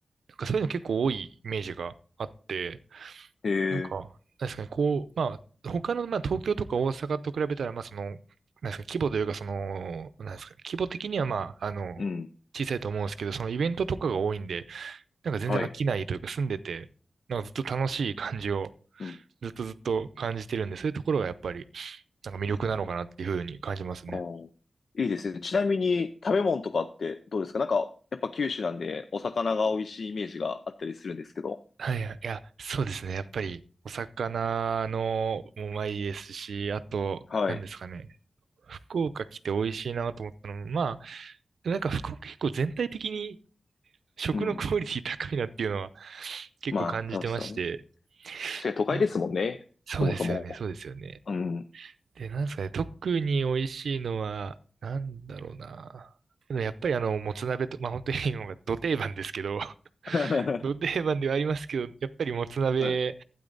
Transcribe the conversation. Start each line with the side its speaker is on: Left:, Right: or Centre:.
Right: なんかそういうの結構多いイメージがあって、
Left: へえ、
Right: なんか、確かにこう、まあ、他の、まあ、東京とか大阪と比べたら、まあ、その、なんですか、規模というか、その、なんですか、規模的には、まあ、あの、
Left: うん、
Right: 小さいと思うんですけど、そのイベントとかが多いんで、なんか全然飽きないというか、
Left: はい。
Right: 住んでて、なんかずっと楽しい感じを、
Left: うん
Right: ずっとずっと感じてるんで、そういうところがやっぱり、なんか魅力なのかなっていうふうに感じますね。
Left: あーいいですね。ちなみに食べ物とかってどうですかなんか、やっぱ九州なんでお魚が美味しいイメージがあったりするんですけど。
Right: はいはい、いや、そうですね。やっぱり、お魚のもうまいですし、あと、
Left: はい。
Right: 何ですかね。福岡来て美味しいなと思ったのも、まあ、なんか福岡結構全体的に食のクオリティ高いなっていうのは
Left: うん。
Right: 結構感じてまして。
Left: まあ、そうですよね。確かに都会ですもんね。
Right: うんそうですよね、
Left: そもそも。
Right: そうですよね。
Left: うん。
Right: で、なんですかね、特に美味しいのは、なんだろうな。でもやっぱりあの、もつ鍋と、まあ本当に今がど定番ですけど、<laughs>
Left: <laughs>
Right: ど定番ではありますけど、やっぱりもつ鍋、
Left: はい。